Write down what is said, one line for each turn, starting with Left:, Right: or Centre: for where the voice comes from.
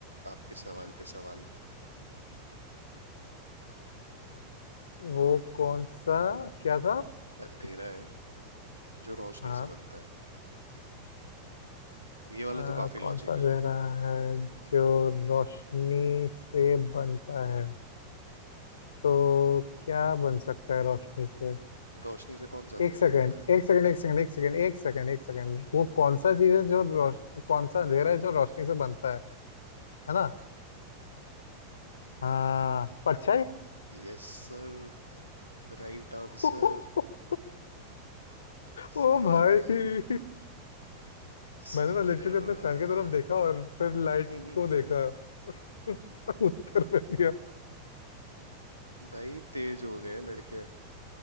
Right: आपके सवाल पे सवाल
Left: वो कौन सा क्या था
Right: अंधेरा है जो रोशनी
Left: हाँ
Right: से बनता है ये वाला
Left: आ,
Right: तो काफी
Left: कौन
Right: लॉजिकल
Left: सा अंधेरा
Right: है
Left: है जो रोशनी से बनता है तो क्या बन सकता है रोशनी से
Right: रोशनी से कौन सा अंधेरा
Left: एक सेकंड
Right: बनता है
Left: एक सेकंड एक सेकंड एक सेकंड एक सेकंड एक सेकंड वो कौन सा चीज है जो रोश कौन सा अंधेरा है जो रोशनी से बनता है है ना हाँ परछाई
Right: Yes sir right answer
Left: <laughs>
Right: सही
Left: ओ भाई
Right: है भाई सीख
Left: मैंने ना लिटरली
Right: रहे हो
Left: अपने फैन की तरफ देखा
Right: <laughs>
Left: और फिर लाइट
Right: हाँ।
Left: को देखा <laughs> उत्तर मिल गया
Right: भाई तेज हो गए लड़के